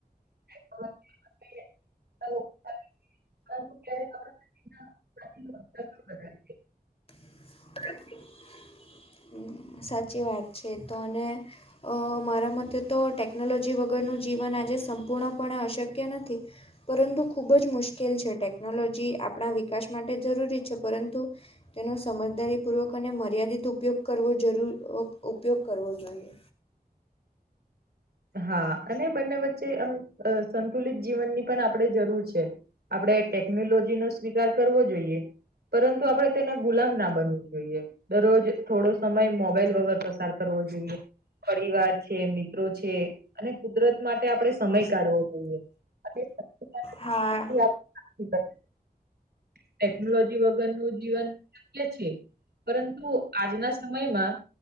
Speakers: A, on the right (about 85°); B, on the left (about 35°).
A: <unintelligible> પણ <unintelligible>
B: <unintelligible> સાચી વાત છે તો અને અહ મારા મતે તો ટેકનોલોજી વગરનું જીવન આજે સંપૂર્ણપણે અશક્ય નથી. પરંતુ ખૂબ જ મુશ્કેલ છે ટેકનોલોજી આપણા વિકાસ માટે જરૂરી છે પરંતુ તેનો સમજદારી પૂર્વક અને મર્યાદિત ઉપયોગ કરવો જરૂ ઉક ઉપયોગ કરવો જોઈએ.
A: હા અને બંને વચ્ચે આમ અહ સંતુલિત જીવનની પણ આપણેે જરૂર છે. આપડે ટેકનોલોજી નો સ્વીકાર કરવો જોઈએ. પરંતુ આપણે તેના ગુલામ ના બનવું જોઈએ. દરરોજ થોડો સમય મોબાઈલ વગર પસાર કરવો જોઈએ પરિવાર છે, મિત્રો છે અને કુદરત માટે આપણે સમય કાઢવો જોઈએ <unintelligible>
B: હા
A: ઈ આપ સાચી વાત ટેકનોલોજી વગરનું જીવન શક્ય છે પરંતુ આજના સમયમાં